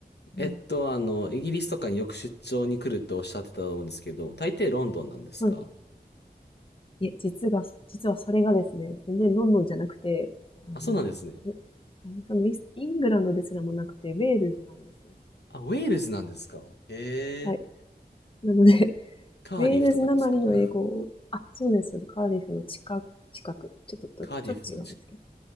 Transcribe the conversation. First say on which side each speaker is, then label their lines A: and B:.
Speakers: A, on the left (about 30°); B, on the left (about 80°).
A: <laughs>
B: えっと、
A: うん、
B: あの、イギリスとかによく出張に来るっておっしゃってたと思うんですけど、大抵ロンドンなんですか
A: <laughs> はい。いえ、実が、実はそれがですね、全然ロンドンじゃなくて、あの、
B: あ、そうなんですね。
A: えあれそのイスイングランドですらもなくて、ウェールズなんですよ。
B: あ、ウェールズなんですかへえ。
A: はい。なので、
B: カーディフとかですか
A: ウェールズなまりの英語あ、そうです、そうです。カーディフの近く、近く。ちょっとと、
B: <laughs> カーディフのち、
A: ちょっと違うんですけど。